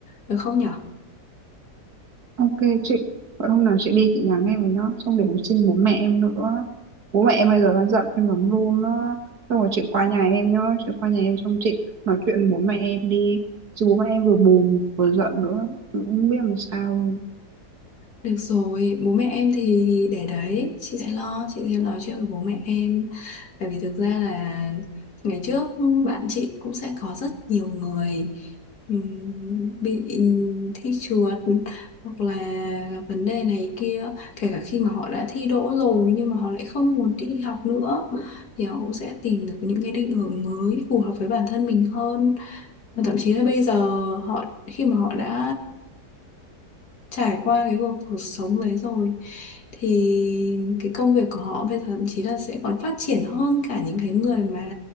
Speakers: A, on the left; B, on the right.
A: được không nhở
B: ok chị vậy hôm nào chị đi chị nhắn em với nó xong để em xin bố mẹ em nữa bố mẹ em bây giờ đang giận em lắm luôn á xong rồi chị qua nhà em nhá chị qua nhà em xong chị nói chuyện với bố mẹ em đi chứ bố mẹ em vừa buồn vừa giận nữa Em không biết làm sao luôn
A: Được rồi, bố mẹ em thì để đấy, chị sẽ lo, chị sẽ nói chuyện với bố mẹ em. Bởi vì thực ra là ngày trước bạn chị cũng sẽ có rất nhiều người ừm, bị thi trượt hoặc là gặp vấn đề này kia, kể cả khi mà họ đã thi đỗ rồi nhưng mà họ lại không muốn đi học nữa thì họ cũng sẽ tìm được những cái định hướng mới phù hợp với bản thân mình hơn. Và thậm chí là bây giờ họ khi mà họ đã trải qua cái cuộc cuộc sống đấy rồi thì cái công việc của họ bây giờ thậm chí là sẽ còn phát triển hơn cả những cái người mà